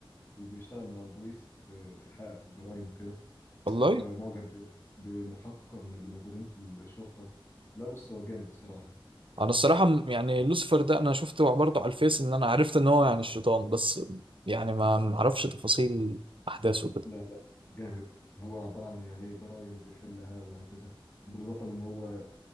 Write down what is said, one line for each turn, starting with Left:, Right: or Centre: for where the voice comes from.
Left: وبيشتغل مع البوليس في يحقق في الجرائم وكده
Right: والله
Left: وبيبقى معجب بمحققة من اللي موجودين في الشرطة لا بص هو جامد بصراحة
Right: انا الصراحه م- يعني لوسيفر ده انا شفته برضه على الفيس ان انا عرفت ان هو يعني الشيطان بس يعني ما ما اعرفش تفاصيل احداثه كده
Left: لا لا جامد هو عبارة عن يعني إيه جرائم وبيحلها وهكذا بالإضافة لأن هو